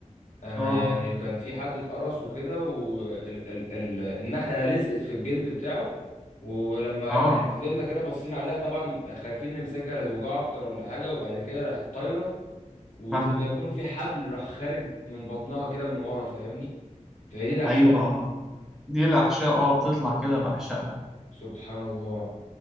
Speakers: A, on the left; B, in the centre.
A: انا
B: اه
A: يعني كان في حد اتقرص وكده والنحله لزقت في الجلد بتاعه ولما
B: اه
A: يعني فضلنا كده باصين عليها طبعا خايفين نمسكها لا توجعه اكتر ولا حاجه وبعد كده راحت طايره وزي
B: فاهمة
A: ما يكون في حبل راح خارج من بطنها كده من ورا فاهمني فهي دي الاحشاء
B: ايوه اه دي الاحشاء اه بتطلع كده باحشائها
A: سبحان الله